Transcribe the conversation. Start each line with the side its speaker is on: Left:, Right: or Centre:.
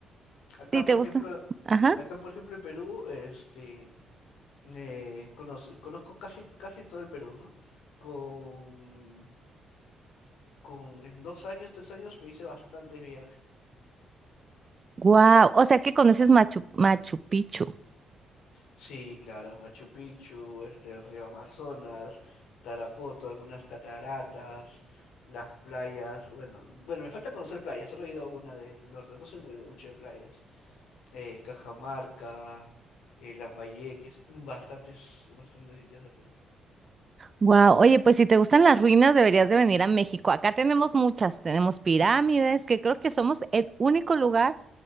Left: Acá,
Right: ¿Sí te
Left: por
Right: gusta?
Left: ejemplo,
Right: Ajá.
Left: acá, por ejemplo, en Perú, este, eh, conoz- conozco casi, casi todo el Perú, ¿no? Con, con, en dos años, tres años me hice bastantes viajes.
Right: Wow, o sea que conoces Machu, Machu Picchu.
Left: Sí, claro, Machu Picchu, este, el río Amazonas, Tarapoto, algunas cataratas, las playas. Bueno, bueno, me falta conocer playas, solo he ido a una del norte, no soy muy de- mucho de playas. Eh, Cajamarca, eh, Lambayeque, es- bastantes, bastantes sitios de Perú.
Right: Wow, oye, pues si te gustan las ruinas deberías de venir a México. Acá tenemos muchas, tenemos pirámides, que creo que somos el único lugar